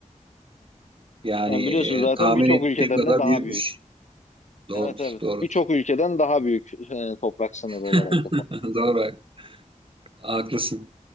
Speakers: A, on the right; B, on the left.
A: Yani
B: Yani biliyorsun
A: e,
B: zaten
A: tahmin
B: birçok
A: ettiğim
B: ülkeden
A: kadar
B: de daha
A: büyükmüş.
B: büyük.
A: Doğrudur,
B: Evet evet.
A: doğru.
B: Birçok ülkeden daha büyük e, toprak sınırı
A: <laughs>
B: olarak da.
A: Doğru, haklısın.